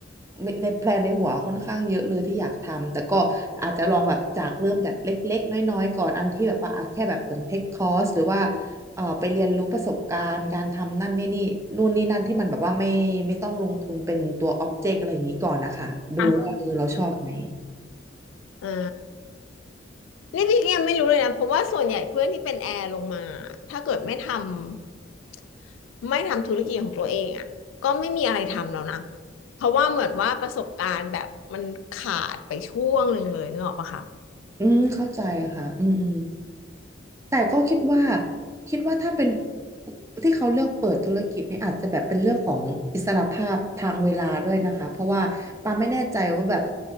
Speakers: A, on the right; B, on the left.
A: ในในแพลนในหัวค่อนข้างเยอะเลยที่อยากทำแต่ก็อาจจะลองแบบจากเริ่มจากเล็กๆน้อยๆก่อนอันที่แบบว่าอ่ะแค่แบบเป็นเทคคอร์สหรือว่าเอ่อไปเรียนรู้ประสบการณ์การทำนั่นนี่นี่นู่นนี่นั่นที่มันแบบว่าไม่ไม่ต้องลงทุนเป็นตัวออบเจกต์อะไรอย่างนี้ก่อนนะคะดูว่าเออเราชอบไหม
B: อ่า นี่พี่ก็ยังไม่รู้เลยนะเพราะว่าส่วนใหญ่เพื่อนที่เป็นแอร์ลงมาถ้าเกิดไม่ทำไม่ทำธุรกิจของตัวเองอ่ะก็ไม่มีอะไรทำแล้วนะเพราะว่าเหมือนว่าประสบการณ์แบบมันขาดไปช่วงหนึ่งเลยนึกออกปะคะ
A: อืมเข้าใจค่ะอืมอืมแต่ก็คิดว่าคิดว่าถ้าเป็นที่เขาเลือกเปิดธุรกิจนี่อาจจะแบบเป็นเรื่องของอิสรภาพทางเวลาด้วยนะคะเพราะว่าปาไม่แน่ใจว่าแบบ